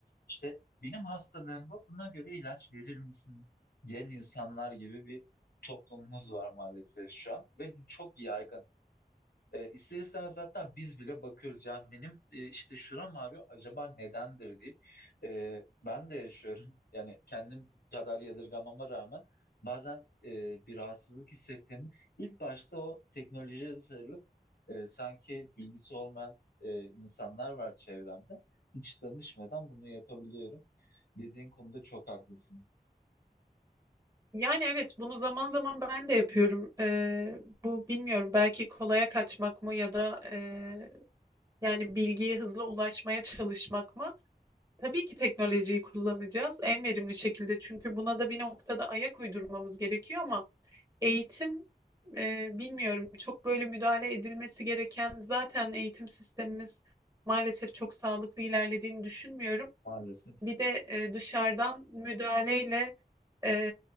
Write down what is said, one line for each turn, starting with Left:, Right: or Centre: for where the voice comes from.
Left: işte benim hastalığım bu. Buna göre ilaç verir misin diyen insanlar gibi bir toplumumuz var maalesef şu an ve bu çok yaygın. E, ister istemez zaten biz bile bakıyoruz. Yani benim e, işte şuram ağrıyor acaba nedendir diye. E, ben de yaşıyorum. <laughs> Yani kendim kadar yadırgamama rağmen bazen e, bir rahatsızlık hissettiğimi ilk başta o teknolojiye sarılıp e, sanki bilgisi olmayan e, insanlar var çevremde. Hiç danışmadan bunu yapabiliyorum. Dediğin konuda çok haklısın.
Right: Yani evet bunu zaman zaman ben de yapıyorum. Ee, bu bilmiyorum belki kolaya kaçmak mı ya da e, Yani bilgiye hızlı ulaşmaya çalışmak mı? Tabii ki teknolojiyi kullanacağız en verimli şekilde. Çünkü buna da bir noktada ayak uydurmamız gerekiyor ama eğitim e, bilmiyorum çok böyle müdahale edilmesi gereken zaten eğitim sistemimiz maalesef çok sağlıklı ilerlediğini düşünmüyorum.
Left: Maalesef.
Right: Bir de e, dışarıdan müdahaleyle e,